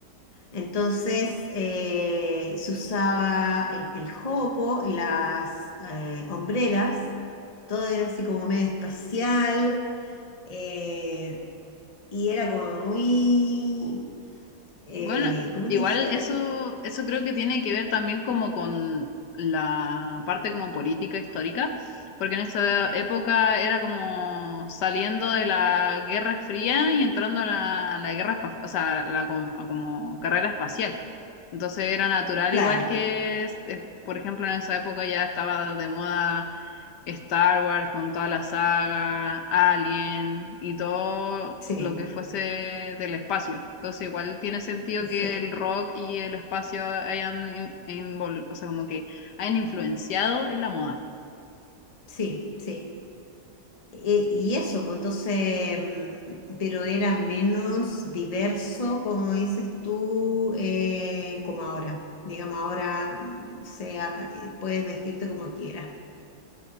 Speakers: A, on the left; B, on the left.
A: Entonces eh, se usaba el, el jopo, las eh, hombreras, todo era así como medio espacial eh, y era como muy, eh,
B: Bueno,
A: ¿cómo
B: igual
A: te dijera?
B: eso, eso creo que tiene que ver también como con la parte como política histórica, porque en esa época era como saliendo de la Guerra Fría y entrando a la, a la guerra, espa- o sea, a la, com- a como carrera espacial. Entonces era natural,
A: Claro,
B: igual que, es- es, por ejemplo, en esa época ya estaba de moda Star Wars con toda la saga, Alien y todo
A: sí,
B: lo que fuese del espacio. Entonces igual tiene sentido
A: sí,
B: que el rock y el espacio hayan, in- invol- o sea, como que hayan influenciado en la moda.
A: sí, sí. Eh, y eso, pues entonces, mm, pero era menos diverso, como dices tú, eh, como ahora. Digamos, ahora, mm, o sea, eh, puedes vestirte como quieras.